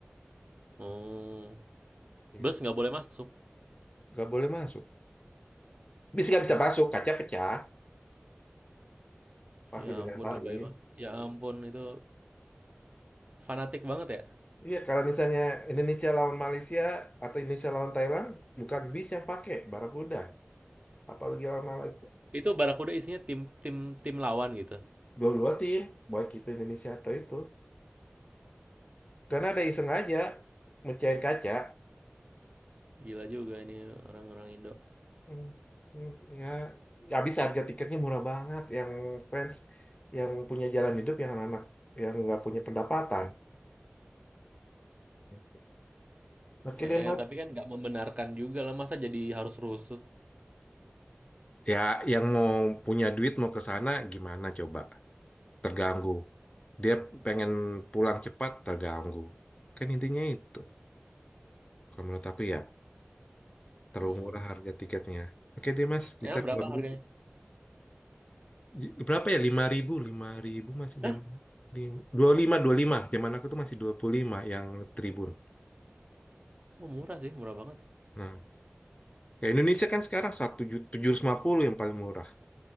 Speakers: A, on the right (about 30°); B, on the left (about 30°).
A: Oh,
B: Gitu.
A: bus nggak boleh masuk.
B: nggak boleh masuk. Bisa nggak bisa masuk, kaca pecah, pasti
A: Ya
B: dilemparin.
A: ampun lebay banget. Ya ampun itu fanatik banget ya.
B: Iya, kalau misalnya Indonesia lawan Malaysia atau Indonesia lawan Thailand, bukan bis yang pakai Barakuda. Apalagi lawan Malaysia.
A: Itu Barakuda isinya tim tim tim lawan gitu.
B: Dua-dua tim, baik itu Indonesia atau itu. Karena ada iseng aja mecahin kaca.
A: Gila juga ini orang-orang Indo.
B: Hmm, hmm, Ya, habis harga tiketnya murah banget. Yang fans, yang punya jalan hidup, yang anak-anak, yang nggak punya pendapatan. Gitu. Oke
A: Eh,
B: deh, Mas.
A: tapi kan nggak membenarkan juga lah masa jadi harus rusuh.
B: Ya, yang mau punya duit mau ke sana gimana coba? terganggu. Dia pengen pulang cepat, terganggu. Kan intinya itu. Kalau menurut aku ya, terlalu
A: Hmm.
B: murah harga tiketnya. Oke deh mas, kita
A: Emang berapa
B: ke dulu.
A: harganya?
B: Y- Berapa ya? 5.000, 5.000 masih
A: Hah?
B: jam lim- dua puluh lima dua puluh lima. Zaman aku tuh masih 25 yang tribun.
A: Oh, murah sih, murah banget.
B: Nah, ya Indonesia kan sekarang satu tujuh ratus lima puluh yang paling murah.